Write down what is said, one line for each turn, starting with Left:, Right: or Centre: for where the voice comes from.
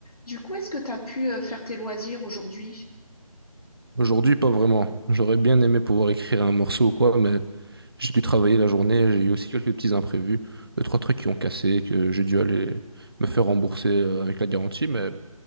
Left: Du coup, est-ce que tu as pu euh, faire tes loisirs aujourd'hui?
Right: Aujourd'hui, pas vraiment. J'aurais bien aimé pouvoir écrire un morceau ou quoi, mais j'ai dû travailler la journée, j'ai eu aussi quelques petits imprévus, deux, trois trucs qui ont cassé, que j'ai dû aller me faire rembourser euh, avec la garantie, mais